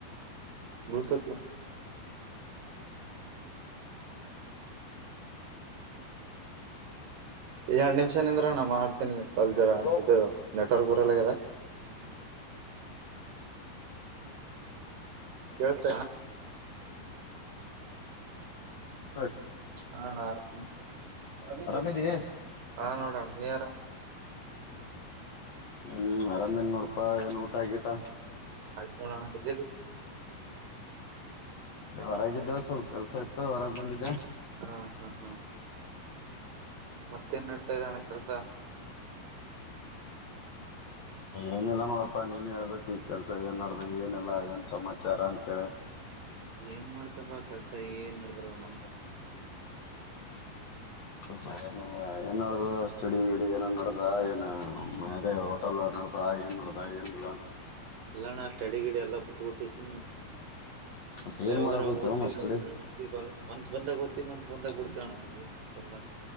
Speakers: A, on the right; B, on the left.
A: ಮೃತತ್ಲ ಎರಡು ನಿಮಿಷಗಳು ಚಂದ್ರ ನಾ ಮಾಡ್ತೇನಿ ಪಲ್ ಜರ
B: ಹಲೋ
A: ಇದು ನೆಟ್ವರ್ಕ್ ಊರಲ್ಲಗದ ಕೇಳ್ತ
B: ಹಷ್ಟ
A: ಹಾರಾಮ
B: ಆರಾಮಿದಿ
A: ಹಾ ನೋಡೋಣ ನೀರಾಮ
B: ಹ್ಮ್ ಅರಾಮೇನ್ ನೋಡ್ಪಾ ಏನ್ ಊಟ ಆಗಿಟ
A: ಹನ ಆ ಕೆ
B: ಹೊರಾಗಿದ್ದ ಸ್ವಲ್ಪ ಕೆಲ್ಸ ಇತ್ತು ಹೊರಗೆ ಬಂದಿದ್ದೆ
A: ಹಾ ಹಾ ಹಾ ಮತ್ತೇನ್ಡ್ತಾ ಇದ್ದಣೆ ಕೆಲಸ
B: ಏನೆಲ್ಲಾ ನೋಡಪ್ಪಾ ನೀನ್ ಹೇಳ್ಬೇಕು ಈ ಕೆಲ್ಸ ಏನ್ ಮಾಡ್ರಿ ಏನೆಲ್ಲ ಏನ್ ಸಮಾಚಾರ ಅಂತೇಳಿ <unintelligible>
A: ಏನ್ ಮಾಡ್ತಪಾ ಕೆಲ್ಸ ಏನ್ ನಡ್ದರು ನಮ್ದನ್
B: ಸ್ ಏನ್ಡ ಸ್ಟಡಿಡಿ ಏನನ್ ನಡ್ದ ಏನ್ ಅದೇ ಹೋಟೆಲ್ ಮಾಡಡ್ತಾ ಏನ್ ಮಾಡತಾ ಏನಲ್ಲ
A: ಎಲ್ಲಾನಾ ಸ್ಟಡಿ ಗಿಡಿ ಎಲ್ಲ ಬಿಟ್ಟ ಟ್ಟೀಸಮ
B: ಮತ್ತ ಏನ್
A: ಯಾವಾಗ
B: ಮಾಡಕ್ ಕುಂತೀವೋ
A: ಓದತಿವಿ
B: ಮಸ್ಟಡಿ
A: ಯಾವಾಗರ ಬರ್ತೀವಿ ಮನ್ಸ್ ಬಂದಾಗ ಓ ತಿ ಮನ್ಸಸ್ ಬಂದಾಗ ಬಿಡ್ತವಣ ಏನ್ ಮಾಡ್ತಲ್ಲ